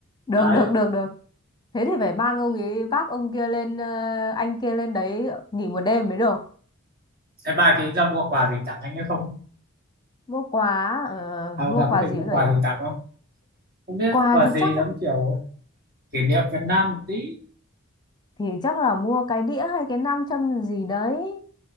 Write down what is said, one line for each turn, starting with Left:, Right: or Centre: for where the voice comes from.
Left: Được,
Right: đấy
Left: được, được, được. Thế thì phải mang ông ấy, vác ông kia lên, ờ, anh kia lên đấy nghỉ một đêm mới được.
Right: thế bà chị ra mua quà gì tặng anh ấy không
Left: Mua quà, ờ,
Right: à,
Left: mua
Right: bà
Left: quà
Right: có định
Left: gì
Right: mua
Left: bây giờ
Right: quà
Left: nhở?
Right: gì tặng không không biết
Left: Quà
Right: quà
Left: thì
Right: gì
Left: chắc,
Right: giống kiểu kỷ niệm Việt Nam một tí
Left: thì chắc là mua cái đĩa hay cái nam châm gì đấy.